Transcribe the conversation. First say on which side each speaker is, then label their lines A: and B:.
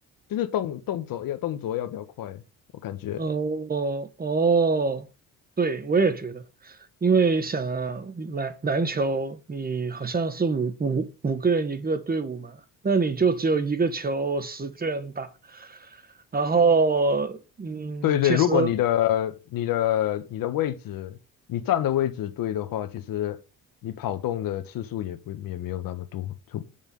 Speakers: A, on the left; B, on the right.
A: 就是动动作要动作要比较快，我感觉
B: 哦哦，对，我也觉得，因为想啊，篮篮球你好像是五五五个人一个队伍嘛，那你就只有一个球，十个人打。然后，嗯，
A: 对对，
B: 其实，
A: 如果你的你的你的位置你站的位置对的话，其实你跑动的次数也不也没有那么多。就